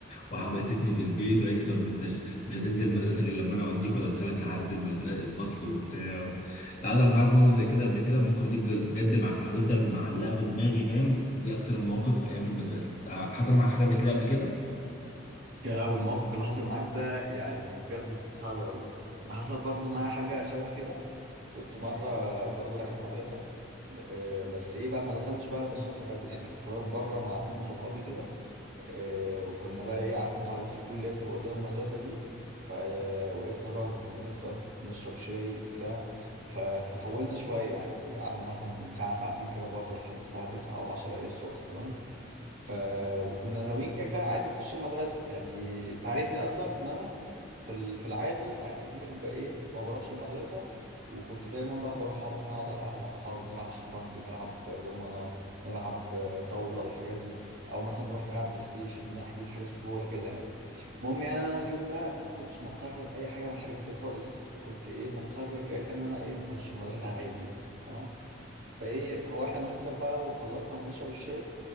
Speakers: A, on the left; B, on the right.
A: وحبستني في البيت وقالت لي طب انت مش مش هتنزل المدرسه غير لما انا اوديك وادخلك لحد المدرسه الفصل وبتاع تعالى معاك موقف زي كده قبل كده المواقف دي بجد بجد مع... هتفضل معلقه في دماغي فاهم دي اكتر المواقف ايام المدرسه تع- حصل معاك حاجه زي كده قبل كده
B: يا لهوي الموقف اللي حصل معاك ده يعني بجد صعب قوي انا حصل برضو معايا حاجه شبه كده كنت مره برضو رايح المدرسه ب- آه، بس ايه بقى ما دخلتش بقى من الصبح بدري يعني كنت واقف بره مع اتنين صحابي كده آه، وكنا بقى ايه عارف انت عربيه الفول اللي هي بتبقى قدام المدرسه دي فوقفنا بقى وكنا بنفطر ونشرب شاي وبتاع ف- فطولنا شويه يعني قعدنا مثلا ساعه ساعتين كده بره لحد الساعه 9 او 10 ايه الصبح تمام ف وكنا ناويين كده كده عادي نخش المدرسه يعني انت عارفني اصلا ان انا في ال- في العادي ساعات كتير بقى ايه ما بروحش المدرسه وكنت دايما بقى بروح أقعد مثلا اقعد على القهوه مع اصحابي نلعب شطرنج نلعب دومنه نلعب آه، طاوله الحاجات دي او مثلا نروح نلعب بلاي ستيشن نحجز حجز كوره كده يعني المهم يعني انا اليوم ده ما كنتش مقرر اي حاجه من الحاجات دي خالص وكنت ايه مقرر كده كان انا ايه هخش المدرسه عادي يعني تمام فايه فاحنا بنفطر بقى وخلصنا وبنشرب الشاي